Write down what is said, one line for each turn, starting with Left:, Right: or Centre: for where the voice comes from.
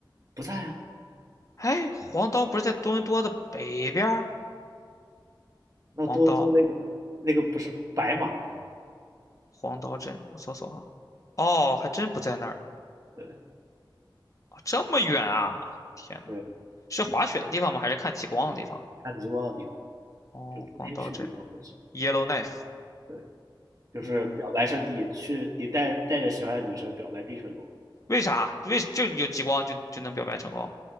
Right: 不在啊。
Left: 哎，黄刀不是在多伦多的北边儿？
Right: 那多伦多那个那个不是白马吗？
Left: 黄刀、黄刀镇，我搜搜啊。哦，还真不在那儿，
Right: 对
Left: 哦这么远啊！天呐，
Right: 对，
Left: 是滑雪的地方吗？还是看极光的地方？
Right: 看极光的地方，
Left: 哦，
Right: 就冬天去比较合适。
Left: 黄刀镇，Yellowknife，
Right: 对，就是表白圣地，
Left: 嗯，
Right: 去你带带着喜欢的女生表白必成功，
Left: 为啥？为就有极光就就能表白成功？